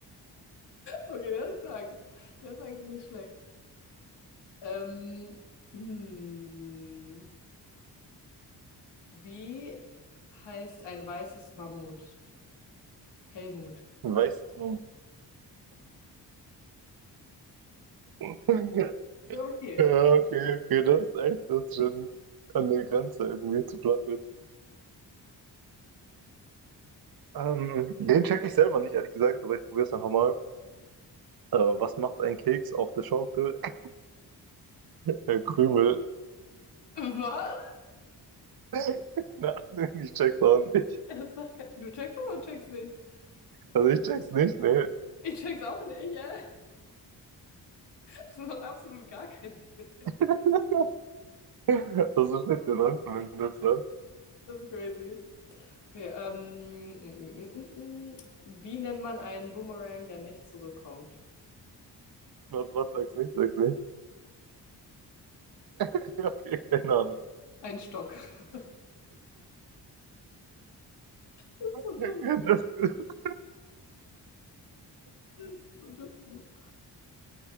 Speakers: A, on the left; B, on the right.
A: Okay, der ist stark. Der ist eigentlich nicht schlecht. Ähm, hm. Wie heißt ein weißes Mammut? Helmut.
B: Ein weißes Baum. <laughs>
A: Okay.
B: Ja, okay, okay, das ist echt, das ist schon an der Grenze irgendwie zu flach wird. Ähm, den check ich selber nicht, ehrlich gesagt, aber ich probiere es einfach mal. Äh, was macht ein Keks auf der Schaukel? <laughs> Äh, Krümel.
A: Was?
B: <laughs> Keine Ahnung, ich check's auch nicht.
A: Das macht kein... Du checkst es und checkst nicht.
B: Also ich check's nicht, ne.
A: Ich check's auch nicht, ja. Das macht absolut gar keinen Sinn.
B: <laughs> Das ist nicht der Langsam, wenn du das sagst.
A: Das ist crazy. Okay, ähm, mm, mm, mm, mm. wie nennt man einen Boomerang, der nicht zurückkommt?
B: Was, was, sag's nicht, sag's nicht. <laughs> Okay, keine Ahnung.
A: Ein Stock. <laughs> Das ist so
B: Ja,
A: dumm.
B: Das, <laughs>
A: Das ist so dumm.